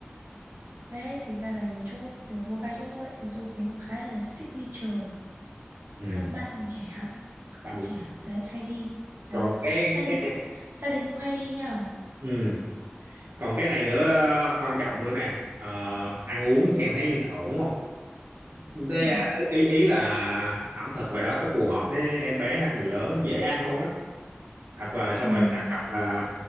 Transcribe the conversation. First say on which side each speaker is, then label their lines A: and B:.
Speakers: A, on the right; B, on the right.
A: đấy thực ra là nhiều chỗ được một vài chỗ như vậy thì tôi thấy nó khá là signature
B: ừ.
A: các bạn trẻ hả? các
B: À,
A: bạn trẻ đấy hay đi đấy
B: còn cái
A: gia
B: cái
A: đình cũng gia đình cũng hay đi nhờ
B: ừ. còn cái này nữa à, quan trọng nữa nè Ờ, ăn uống Trang thấy ổn không Đây
A: bây giờ
B: à, ý ý ý là ẩm thực ngoài đó có phù hợp với em bé hay người lớn nó dễ ăn không á hoặc là xong
A: ừm,
B: rồi sạc hoặc
A: th-
B: là